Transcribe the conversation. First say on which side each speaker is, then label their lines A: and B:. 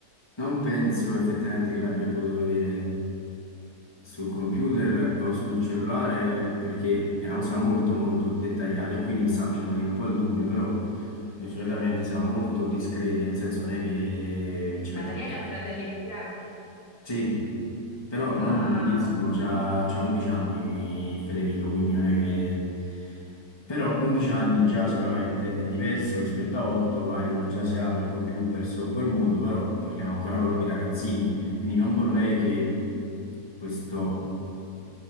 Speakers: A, on the left; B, on the left.
A: non penso effettivamente che l'abbia potuto vedere. sul computer o sul cellulare perché è una cosa molto molto dettagliata e quindi mi sta facendo venire un po' il dubbio, però noi solitamente siamo molto discreti, nel senso non è che ci
B: ma
A: mettiamo...
B: Daniela ha fratelli più grandi?
A: Sì, però
B: Ah,
A: non grandissimo, c'ha, c'ha 11 anni Federico, quindi non è che... Però 11 anni già sicuramente è diverso rispetto a 8, magari uno già si apre un po' più verso quel mondo, però parliamo ancora proprio di ragazzini, quindi non vorrei che questo